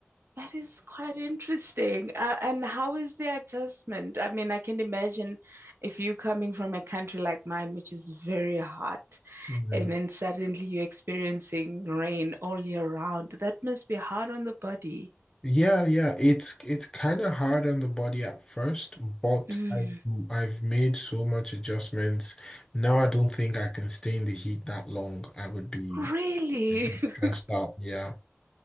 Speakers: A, on the right; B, on the left.
A: That is quite interesting. Uh, and how is the adjustment? I mean, I can imagine if you coming from a country like mine, which is very hot,
B: Mm.
A: and then suddenly you're experiencing rain all year round. That must be hard on the body.
B: Yeah, yeah. It's it's kind of hard on the body at first, but
A: Mm.
B: I've I've made so much adjustments. Now I don't think I can stay in the heat that long. I would be
A: Really?
B: I'd be
A: <laughs>
B: stressed out. Yeah.